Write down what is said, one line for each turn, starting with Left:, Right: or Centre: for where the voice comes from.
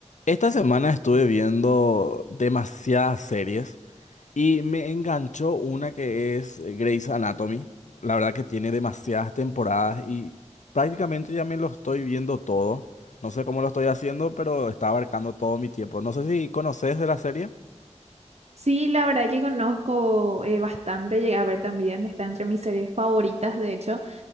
Left: Esta semana estuve viendo demasiadas series y me enganchó una que es eh, Grey's Anatomy. La verdad que tiene demasiadas temporadas y prácticamente ya me lo estoy viendo todo. No sé cómo lo estoy haciendo, pero está abarcando todo mi tiempo. No sé si conoces de la serie.
Right: Sí, la verdad que conozco eh, bastante, llegué a ver también, está entre mis series favoritas, de hecho,